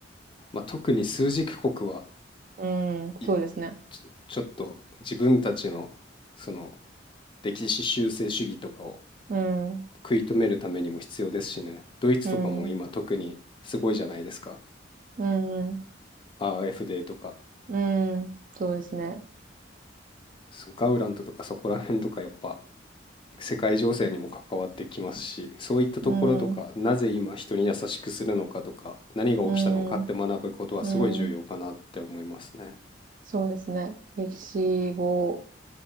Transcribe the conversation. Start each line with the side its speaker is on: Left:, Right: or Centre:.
Left: まあ、特に枢軸国は
Right: うん、
Left: い
Right: そうですね。
Left: ちょちょっと自分たちのその歴史修正主義とかを
Right: うん、う
Left: 食い止めるためにも必要ですしね。ドイツとかも今特にすごいじゃないですか。
Right: ん、うん、うん、
Left: ア a f ーとか、
Right: うんそうですね。
Left: そうガウラントとかそこら辺とかやっぱ世界情勢にも関わってきますし、そういったところとか、
Right: うん、
Left: なぜ今人に優しくするのかとか、何が起きたのかって学ぶことはすごい重要かなって思いますね。
Right: うん、うん、そうですね。歴史を